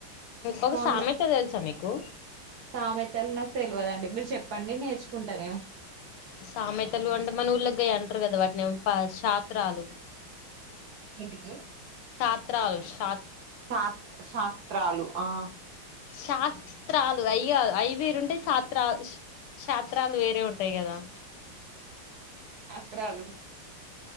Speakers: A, on the left; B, on the right.
A: ఒక
B: ఫోన్లో
A: సామెత తెలుసా మీకు
B: సామెతలు నాకు తెలువదండి మీరు చెప్పండి నేర్చుకుంటా నేను
A: సామెతలు అంటే మన ఊళ్ళ గాయి అంటారు గాదా వాటిని షాత్రాలు
B: ఎంటిది
A: శత్రాలు శ
B: శా శాస్త్రాలు ఆ
A: శాస్త్రాలు అయ్యా అయ వేరు ఉంటే శాస్త్రా శాత్రాలు వేరే ఉంటాయి కదా
B: త్రలు